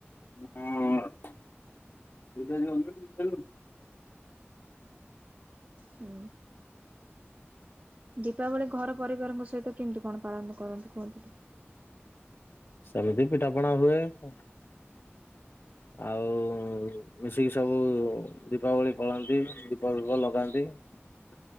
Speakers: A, on the left; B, on the right.
A: ମୋର ଏବେ ଯାଉନାହାନ୍ତି କି ଖାଇଆକୁ।
B: ହୁଁ। ଦୀପାବଳି ଘର ପରିବାରଙ୍କ ସହିତ କେମତି କଣ ପାଳନ କରନ୍ତି କୁହନ୍ତୁ ଟି
A: ସେମିତି ପିଠା ପଣା ହୁଏ ଆଉ କଁ।
B: ହ <inaudible>
A: ଆଉ ଉଁ ମିଶିକି ସବୁ ଉଁ ଦୀପାବଳି ପାଳନ୍ତି ଦୀପ ଫିପ ଲଗାନ୍ତି। ଆଁ